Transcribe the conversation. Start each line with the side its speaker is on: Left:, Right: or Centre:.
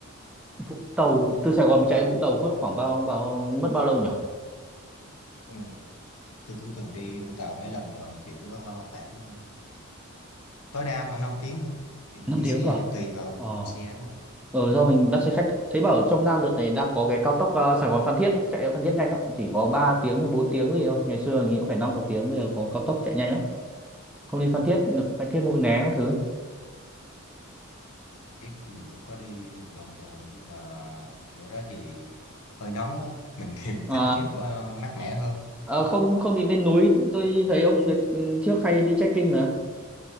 Centre: Vũng Tàu, từ Sài Gòn mà chạy Vũng Tàu hết khoảng bao bao mất bao lâu nhỉ?
Left: ừ. tôi cũng từng đi Vũng Tàu mấy lần rồi kiểu ờ, khoảng ờ, tối đa khoảng 5 tiếng thôi thì mình
Centre: năm
Left: đi
Centre: tiếng
Left: xe
Centre: cơ à?
Left: tùy vào
Centre: Ờ,
Left: xe đúng không
Centre: ờ do mình bắt xe khách. Thấy bảo trong Nam đợt này đang có cái cao tốc ờ, Sài Gòn Phan Thiết ấy, chạy ra Phan Thiết nhanh lắm, chỉ có 3 tiếng hay 4 tiếng gì thôi. Ngày xưa mình nghĩ cũng phải 5 6 tiếng, bây giờ có cao tốc chạy nhanh lắm. Không đi Phan Thiết, Phan Thiết Mũi Né các thứ.
Left: biết mình cũng có đi một lần rồi nhưng mà kiểu đó thì hơi nóng ấy mình thì
Centre: À,
Left: <laughs> thích kiểu ờ, mát mẻ hơn
Centre: ờ,
Left: Ờ,
Centre: không không thì lên núi, tôi thấy ông đợt ừ, trước hay đi trekking mà.